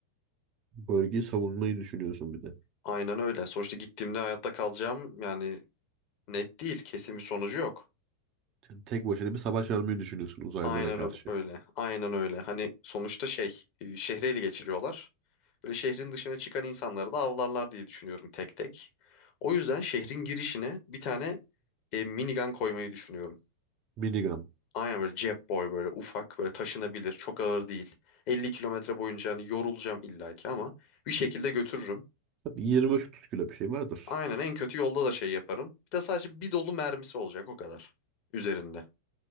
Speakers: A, on the right; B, on the left.
A: Bölgeyi savunmayı düşünüyorsun bir de.
B: Aynen öyle. Sonuçta gittiğimde hayatta kalacağım yani net değil, kesin bir sonucu yok.
A: Yani tek başına bir savaş vermeyi düşünüyorsun uzaylılara
B: Aynen
A: karşı.
B: ö- öyle. Aynen öyle. Hani sonuçta şey, e, şehri ele geçiriyorlar. Böyle şehrin dışına çıkan insanları da avlarlar diye düşünüyorum tek tek. O yüzden şehrin girişine bir tane e, minigun koymayı düşünüyorum.
A: Minigun.
B: Aynen böyle cep boy böyle ufak böyle taşınabilir çok ağır değil. 50 kilometre boyunca hani yorulacağım illaki ama bir şekilde götürürüm.
A: Tabii 25-30 kilo bir şey vardır.
B: Aynen en kötü yolda da şey yaparım. Bir de sadece bir dolu mermisi olacak o kadar üzerinde.